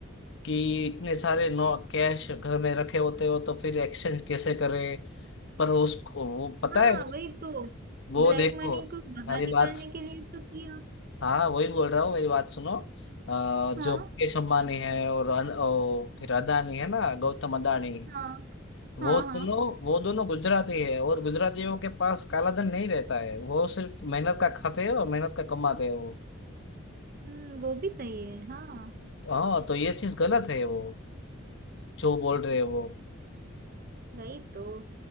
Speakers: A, on the left; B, on the right.
A: कि इतने सारे नो कैश घर में रखे होते हो तो फिर एक्सचेंज कैसे करें पर उसको वो पता
B: हाँ
A: है
B: वही तो
A: वो
B: ब्लैक
A: देखो
B: मनी को बाहर
A: मेरी
B: निकलने
A: बात
B: के लिए तो किया
A: हाँ वही बोल रहा हूँ मेरी बात सुनो अ,
B: हाँ
A: जो मुकेश अंबानी है और, अन, ओ, फिर अदानी है ना गौतम अदानी
B: हाँ
A: वो
B: हाँ
A: दोनों
B: हाँ
A: वो दोनों गुजराती है और गुजरातियों के पास काला धन नहीं रहता है वो सिर्फ मेहनत का खाते हैं और मेहनत का कमाते हैं वो
B: हम्म, वो भी सही है हाँ
A: हाँ तो ये चीज गलत है वो जो बोल रहे हैं वो
B: वही तो